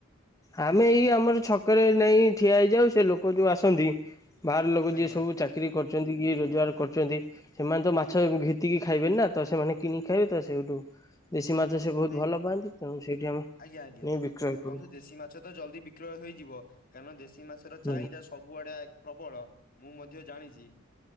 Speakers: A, on the left (about 15°); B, on the left (about 45°).
A: ଆମେ ଏଇ ଆମର ଛକରେ ନେଇ ଠିଆ ହେଇଯାଉ ସେ ଲୋକ ଯୋଉ ଆସନ୍ତି ବାହାର ଲୋକ
B: ଆଜ୍ଞା
A: ଯିଏ ସବୁ ଚାକିରି କରୁଛନ୍ତି କିଏ ରୋଜଗାର କରୁଛନ୍ତି ସେମାନେ ତ ମାଛ ଘିତିିକି ଖାଇବେ ନା ତ ସେମାନେ କିଣିକି ଖାଇବେ ତ ସେଇଠୁ। ଦେଶୀ ମାଛ ସେ ବହୁତ
B: ନାଇଁ
A: ଭଲ ପାଆନ୍ତି ତେଣୁ ସେଇଠି ଆମେ
B: ଆଜ୍ଞା ଆଜ୍ଞା
A: ନେଇ ବିକ୍ରୟ
B: ତ
A: କରୁ
B: ବନ୍ଧୁ ଦେଶୀ ମାଛ ତ ଜଲଦି ବିକ୍ରୟ ହେଇଯିବ କାରଣ ଦେଶୀ ମାଛର
A: ହୁଁ
B: ଚାହିଦା ସବୁଆଡେ ପ୍ରବଳ ମୁଁ ମଧ୍ୟ ଜାଣିଛି